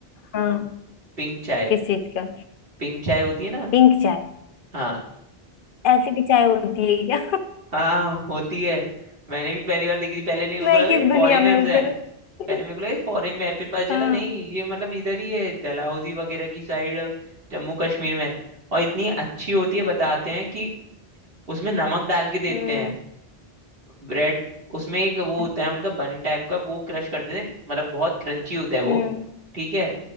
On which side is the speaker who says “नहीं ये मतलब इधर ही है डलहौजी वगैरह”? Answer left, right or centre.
Right